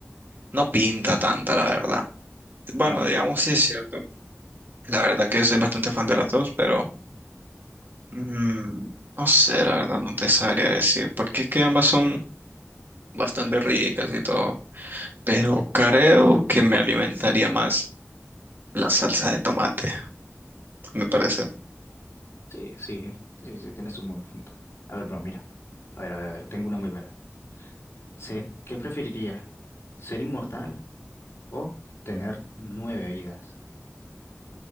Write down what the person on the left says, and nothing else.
No,
sí, sí, sí, sí, tienes un buen punto. A ver, bro, mira. A ver, a ver, a ver, tengo una muy buena. Ser, ¿qué preferiría? ¿Ser inmortal o tener nueve vidas?